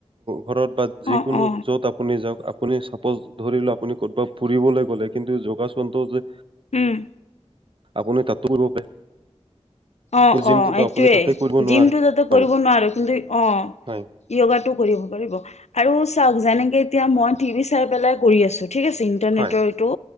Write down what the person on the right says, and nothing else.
ঘৰত বা যিকোনো
য'ত আপুনি যাওঁক আপুনি চাপৰ্জ ধৰিলো আপুনি ক'তবাত ফুবলৈ গ'লে কিন্তু যোগাচনটো যে
আপুনি তাতো কৰিব পাৰে।
কিন্তু জিমটোতো
আপুনি তাতে কৰিব নোৱাৰে।
হয়
হয়
হয়